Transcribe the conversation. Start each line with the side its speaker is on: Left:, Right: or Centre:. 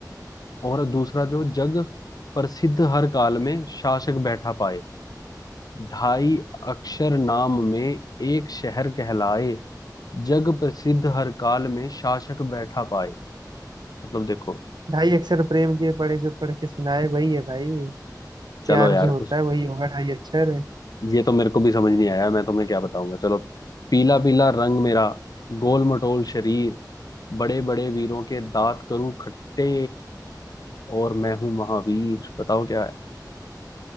Left: और दूसरा जो जग प्रसिद्ध हर काल में शासक बैठा पाए ढाई अक्षर नाम में एक शहर कहलाए जग प्रसिद्ध हर काल में शासक बैठा पाए मतलब देखो
Right: ढाई अक्षर प्रेम के पढ़े जो पढ़ के सुनाए वही है भाई
Left: चलो
Right: प्यार
Left: यार
Right: जो होता
Left: कुछ
Right: है वही होगा ढाई अक्षर
Left: ये तो मेरे को भी समझ नहीं आया मैं तुम्हें क्या बताऊंगा चलो पीला पीला रंग मेरा गोल मटोल शरीर बड़े बड़े वीरों के दांत करूं खट्टे और मैं हूं महावीर बताओ क्या है